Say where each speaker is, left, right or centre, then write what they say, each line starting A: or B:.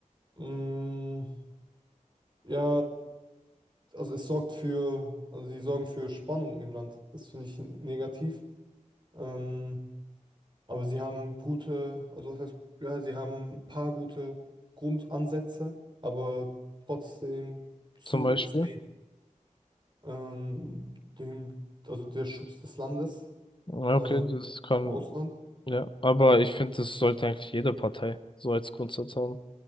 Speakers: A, on the right; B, on the left.
A: Mm, ja, also es sorgt für, also sie sorgen für Spannung im Land. Das finde ich negativ. Ähm, aber sie haben gute, also das heißt, ja, sie haben ein paar gute Grundansätze, aber trotzdem zu
B: zum Beispiel?
A: extrem. Ähm, dem, also der Schutz des Landes
B: Ja,
A: äh,
B: Okay, das kann,
A: vom Ausland.
B: ja, aber ich finde, das sollte eigentlich jede Partei so als Grundsatz haben.